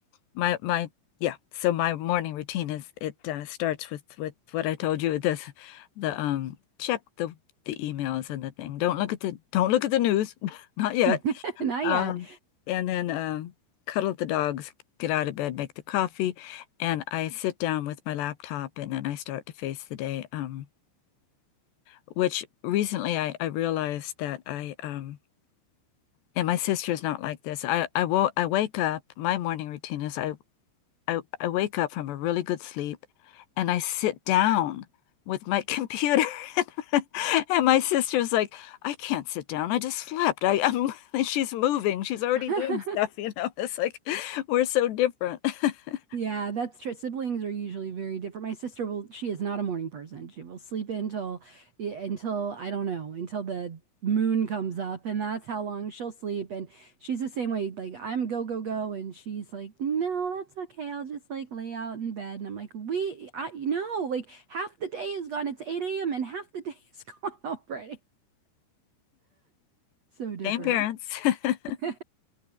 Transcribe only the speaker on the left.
My my yeah, so my morning routine is it uh, starts with with what I told you, this the um check the the emails and the thing. Don't look at the don't look at the news. <laughs> Not yet.
Um,
and then uh, cuddle the dogs, get out of bed, make the coffee, and I sit down with my laptop and then I start to face the day. Um, which recently I, I realized that I um and my sister's not like this. I I wo I wake up, my morning routine is I I, I wake up from a really good sleep and I sit down with my computer. <laughs> And my sister's like, I can't sit down. I just slept. I, I'm, <laughs> and she's moving. She's already
doing stuff, you know. It's like <laughs> we're so different. <laughs>
Same parents. <laughs>